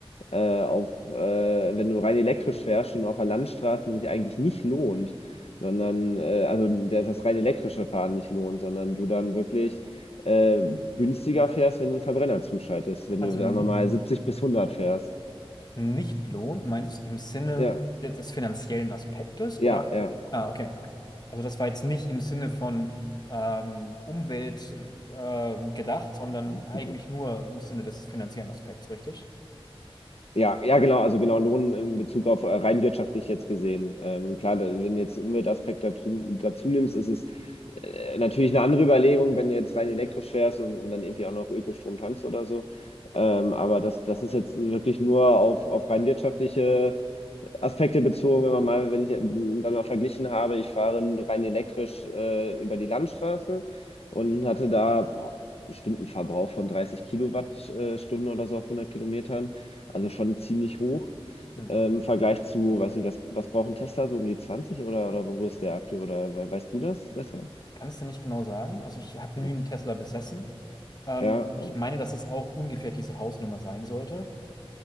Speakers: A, on the left; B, on the left.
A: äh, auf, äh, wenn du rein elektrisch fährst, schon auf der Landstraße sich eigentlich nicht lohnt, sondern äh, also der das rein elektrische Fahren nicht lohnt, sondern du dann wirklich äh, günstiger fährst, wenn du den Verbrenner zuschaltest, wenn
B: Also
A: du, sagen
B: nicht,
A: wir mal, 70 bis 100 fährst.
B: nicht lohnt, meinst du im Sinne
A: Ja,
B: des des finanziellen Aspektes
A: ja,
B: oder?
A: ja.
B: Ah, okay. Also das war jetzt nicht im Sinne von ähm, Umwelt äh, ähm, gedacht, sondern
A: Gut.
B: eigentlich nur im Sinne des finanziellen Aspekts, richtig?
A: Ja, ja, genau, also genau Lohn in Bezug auf äh, rein wirtschaftlich jetzt gesehen. Ähm, klar, da- wenn du jetzt den Umweltaspekt dazu, dazu nimmst, ist es äh, natürlich eine andere Überlegung, wenn du jetzt rein elektrisch fährst und, und dann irgendwie auch noch Ökostrom tankst oder so. Ähm, aber das, das ist jetzt wirklich nur auf, auf rein wirtschaftliche Aspekte bezogen, wenn man mal, wenn ich dann mal verglichen habe, ich fahre rein elektrisch äh, über die Landstraße und hatte da boah, bestimmt einen Verbrauch von 30 Kilowattstunden oder so auf 100 Kilometern. Also schon ziemlich hoch.
B: Mhm.
A: Ähm, Im Vergleich zu, weiß nicht, was, was braucht ein Tesla so um die 20 oder, oder wo ist der aktuell? Oder we- weißt du das besser?
B: Kann es denn nicht genau sagen? Also ich habe nie
A: Okay.
B: einen Tesla besessen. Ähm,
A: Ja,
B: ich
A: aber,
B: meine, dass es auch ungefähr diese Hausnummer sein sollte.